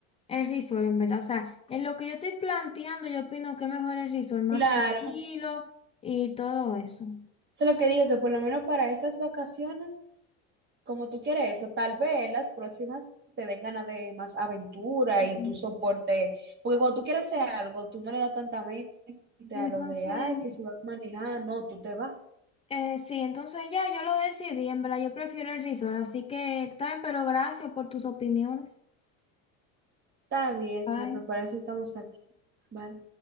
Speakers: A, on the left (about 15°); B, on the right (about 30°).
A: el resort, en verdad. O sea, en lo que yo estoy planteando, yo opino que es mejor el resort, más
B: Claro,
A: tranquilo y todo eso.
B: eso es lo que digo, que por lo menos para estas vacaciones, como tú quieres eso, tal vez las próximas te den ganas de más aventura
A: Ujú.
B: y tu soporte, porque cuando tú quieres hacer algo, tú no le das tanta mente
A: Entonces,
B: a lo de, ay, que si vas a manejar, no, tú te vas.
A: Eh, sí, entonces ya yo lo decidí, en verdad yo prefiero el risol, así que tal, pero gracias por tus opiniones.
B: Está bien,
A: Bye.
B: siempre, para eso estamos aquí. Bye.